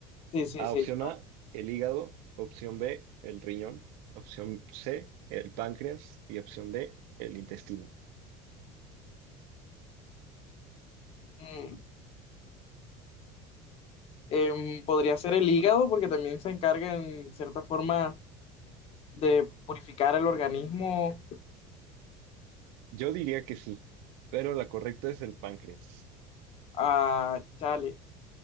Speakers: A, on the left (about 45°); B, on the right (about 75°).
A: sí, sí,
B: A,
A: sí.
B: opción A, el hígado. Opción B, el riñón. Opción C, el páncreas. Y opción D, el intestino.
A: Mm, em, podría ser el hígado, porque también se encarga en cierta forma de purificar el organismo
B: Yo diría que sí, pero la correcta es el páncreas.
A: Ah, chale,